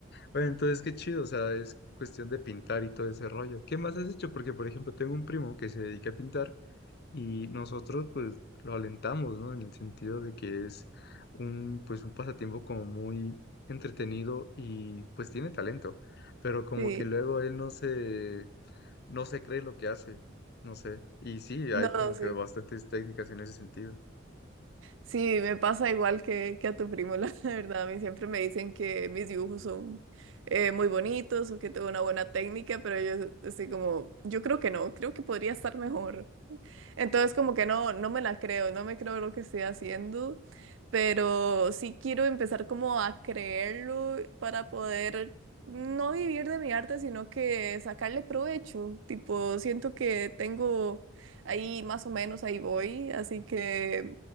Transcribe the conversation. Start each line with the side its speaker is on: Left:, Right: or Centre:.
Left: bueno entonces qué chido, o sea, es cuestión de pintar y todo ese rollo. ¿Qué más has hecho? Porque, por ejemplo, tengo un primo que se dedica a pintar y nosotros, pues, lo alentamos, ¿no? En el sentido de que es un, pues, un pasatiempo como muy entretenido y, pues, tiene talento. Pero como
Right: sí.
Left: que luego él no se, no se cree lo que hace, no sé. Y sí,
Right: No,
Left: hay como
Right: sí.
Left: que bastantes técnicas en ese sentido.
Right: Sí, me pasa igual que, que a tu primo, <laughs> la verdad. A mí siempre me dicen que mis dibujos son eh, muy bonitos o que tengo una buena técnica, pero yo estoy como, yo creo que no, creo que podría estar mejor. Entonces como que no, no me la creo, no me creo lo que estoy haciendo, pero sí quiero empezar como a creerlo para poder no vivir de mi arte, sino que sacarle provecho. Tipo, siento que tengo ahí más o menos, ahí voy, así que